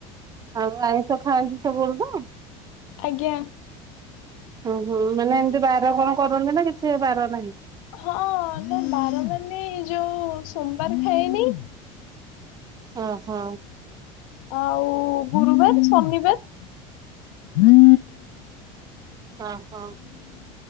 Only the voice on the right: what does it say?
ଆଉ ଆଇଁଷ ଖାଆନ୍ତି ସବୁବେଳେ ତ?
ଓହୋ, ମାନେ ଏମିତି ବାର କଣ କରନ୍ତି ନା କିଛି ବାର ନାହିଁ?
ଓ ହଁ।
ଓ ହୋ,